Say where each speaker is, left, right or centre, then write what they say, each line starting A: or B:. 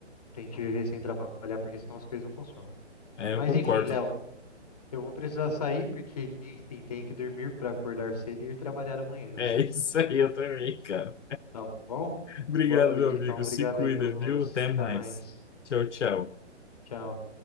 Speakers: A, on the left; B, on the left.
A: pra gente viver sem trabalhar, porque senão as coisas não funcionam.
B: É,
A: Mas
B: eu concordo.
A: enfim, Léo, eu vou precisar sair porque, enfim, tenho que dormir pra acordar cedo e ir trabalhar amanhã, né?
B: É isso aí, eu também, cara.
A: Tá bom?
B: Obrigado,
A: Boa noite,
B: meu amigo.
A: então. Obrigado
B: Se cuida,
A: aí pela conversa.
B: viu? Até
A: Até
B: mais.
A: mais.
B: Tchau, tchau.
A: Tchau.